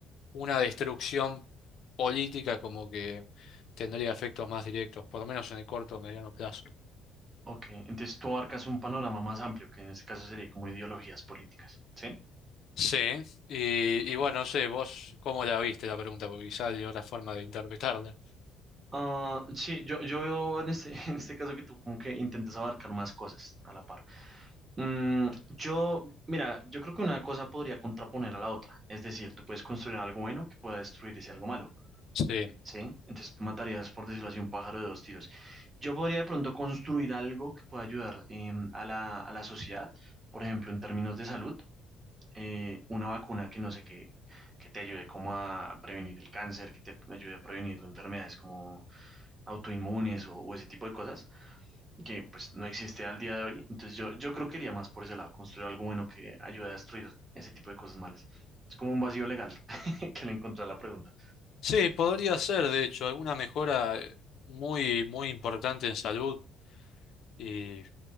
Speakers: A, on the left; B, on the right.
A: una destrucción política como que tendría efectos más directos, por lo menos en el corto o mediano plazo.
B: Ok, entonces tú abarcas un panorama más amplio, que en este caso sería como ideologías políticas, ¿sí?
A: Sí, y, y bueno, no sé, vos cómo la viste la pregunta, porque quizás hay otra forma de interpretarla.
B: Ah, sí, yo, yo veo en este, <laughs> en este caso que tú como que intentas abarcar más cosas a la par. Mm, yo, mira, yo creo que una cosa podría contraponer a la otra, es decir, tú puedes construir algo bueno que pueda destruir ese algo malo.
A: Sí.
B: ¿sí? Entonces matarías, por decirlo así, un pájaro de dos tiros. Yo podría de pronto construir algo que pueda ayudar em, a la, a la sociedad, por ejemplo, en términos de salud, eh, una vacuna que no sé qué, que te ayude como a prevenir el cáncer, que te ayude a prevenir enfermedades como autoinmunes o, o ese tipo de cosas, que pues no existe al día de hoy. Entonces yo, yo creo que iría más por ese lado, construir algo bueno que ayude a destruir ese tipo de cosas malas. Es como un vacío legal <laughs> que le encontré a la pregunta.
A: Sí, podría ser, de hecho, alguna mejora eh, muy, muy importante en salud. y,